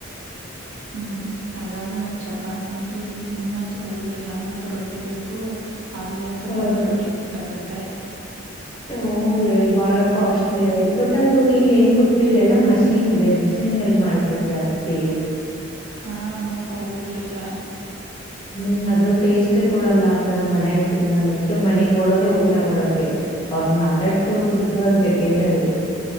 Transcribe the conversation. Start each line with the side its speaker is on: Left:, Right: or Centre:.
Left: ಹ
Right: ಹ್ಮ್ ಹ್ಮ್ ಅದ್ರಾಗು ಮತ್ ಚಪಾತಿ ಅಂತೂ ಈ ದಿನಂತೂ ಹೋಗುದ ಇಲ್ಲ ನಂಗಂತು ರೊಟ್ಟಿ ಬೇಕು. ಅಲ್ಲಂತೂ
Left: ಹ
Right: ಒಂದ್ ರೋಟಿಗ್ ಇಪ್ಪತ್ತು ರೂಪಾಯಿ.
Left: ಹೂಲ್ಲೇ ಬಾಳ
Right: ಏನ್
Left: ಕಾಸ್ಟ್ಲಿ
Right: ಕೇಳ್ತಿ
Left: ಅದೆ ಬಟ್ ಅ <unintelligible> ದು ಇಲ್ಲಿ ಹೆಂಗ್ ಗೊತ್ತು ಇಲ್ಲಲ್ಲಾ ಮಷಿನ್ ಮಷಿನ್ ಮೇಲ್ ಮಾಡ್ತದ ಜಾಸ್ತಿ.
Right: ಹಾ ಮತ್ ಹೋಗುದು ಇಲ್ಲ.
Left: ಹ್ಮ್ ಅದು ಟೇಸ್ಟೇ ಕೊಡಲ್ಲ ಆತರ ಮನ್ಯಾಗ ತಿಂದಂಗ ಅದ್ಕ್ಕೆ ಮನಗ್ ಓಡೋದೇ ಊಟ ಮಾಡೋಕೆ. ಅವ್ರನ್ ಮಾತಾಡ್ಸತೀವೋ ಬಿಡ್ತೀವೋ ಸೆಕೆಂಡರಿ.